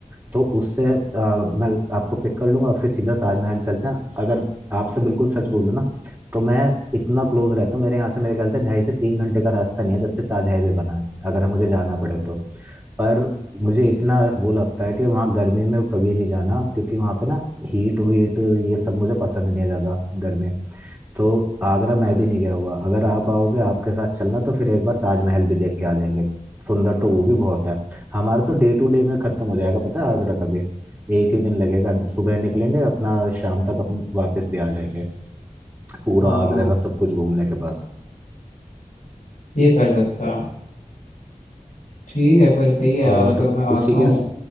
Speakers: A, on the right (about 15°); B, on the left (about 75°).
A: तो उससे आ, मैं आपको पिक कर लूंगा और फिर सीधा ताजमहल चलते हैं अगर आपसे बिल्कुल सच बोलूं ना तो मैं इतना क्लोज रहता हूँ मेरे यहाँ से मेरे ख्याल से ढाई से तीन घंटे का रास्ता नहीं है जब से ताज हाईवे बना है अगर हम मुझे जाना पड़े तो पर मुझे इतना वो लगता है कि वहाँ गर्मी में कभी नहीं जाना क्योंकि वहाँ पे ना हीट वीट ये सब मुझे पसंद नहीं है ज़्यादा गर्मी तो आगरा मैं भी नहीं गया हुआ अगर आप आओगे आपके साथ चलना तो फिर एक बार ताजमहल भी देख के आ जाएंगे सुंदर तो वो भी बहुत है हमारा तो डे टू डे में खत्म हो जाएगा पता है आगरा का भी एक ही दिन लगेगा जो सुबह निकलेंगे अपना शाम तक अपन वापस भी आ जाएंगे पूरा
B: हाँ
A: आगरा का सब कुछ घूमने के बाद
B: ये कर सकता हूँ ठीक है फिर सही है यार
A: और
B: अगर मैं आता
A: उसी
B: हूँ
A: के